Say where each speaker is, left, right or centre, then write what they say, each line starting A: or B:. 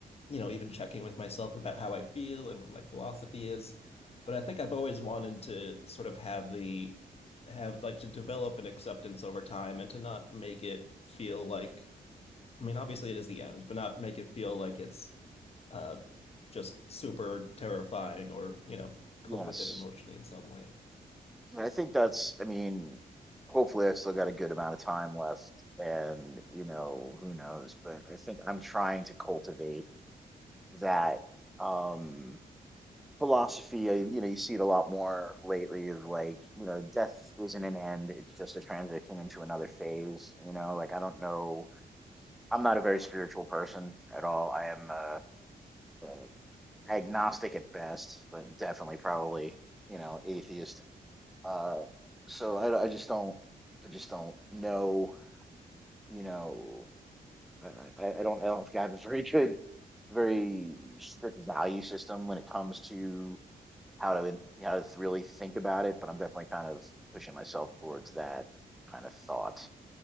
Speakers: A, on the left; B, in the centre.
A: you know, even checking with myself about how I feel and what my philosophy is. But I think I've always wanted to sort of have the have like to develop an acceptance over time and to not make it feel like I mean, obviously it is the end, but not make it feel like it's uh just super terrifying or, you know, cope
B: yes.
A: with it emotionally in some way.
B: I think that's, I mean, hopefully I still got a good amount of time left and, you know, who knows, but I think I'm trying to cultivate that um philosophy. I, you know, you see it a lot more lately of like, you know, death isn't an end, it's just a transition into another phase, you know, like I don't know, I'm not a very spiritual person at all. I am uh, uh agnostic at best, but definitely probably, you know, atheist uh, so I, I just don't, I just don't know, you know, I, I, I don't, I don't think I have a very <laughs> good, very strict value system when it comes to how to, how to really think about it, but I'm definitely kind of pushing myself towards that kind of thought.